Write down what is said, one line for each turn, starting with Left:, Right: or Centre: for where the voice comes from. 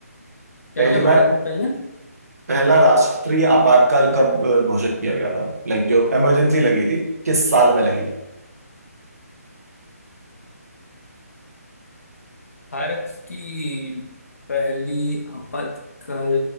Left: क्या
Right: पहली
Left: क्या भारत
Right: बार
Left: में पहले
Right: पहला राष्ट्रीय आपातकाल कब अ, घोषित किया गया था लाइक जो इमरजेंसी लगी थी किस साल में लगी थी
Left: भारत की पहली आपातकाल